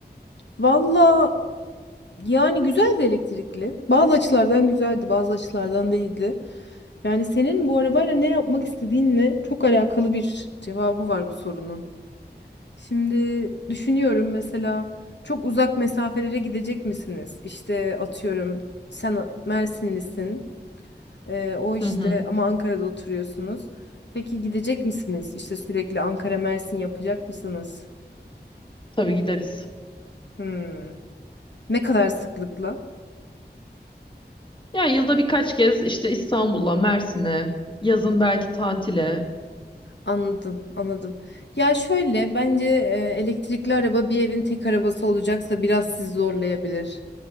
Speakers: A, on the left; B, on the left.
A: Valla yani güzeldi elektrikli. Bazı açılardan güzeldi, bazı açılardan değildi. Yani senin bu arabayla ne yapmak istediğinle çok alakalı bir cevabı var bu sorunun. Şimdi düşünüyorum mesela çok uzak mesafelere gidecek misiniz? İşte atıyorum sen Mersinlisin. Ee, o işte
B: Hı hı.
A: ama Ankara'da oturuyorsunuz. Peki gidecek misiniz? İşte sürekli Ankara Mersin yapacak mısınız?
B: Tabii gideriz.
A: Hmm. Ne kadar sıklıkla?
B: Yani yılda birkaç kez işte İstanbul'a, Mersin'e, yazın belki tatile.
A: Anladım, anladım. Ya şöyle bence e, elektrikli araba bir evin tek arabası olacaksa biraz sizi zorlayabilir.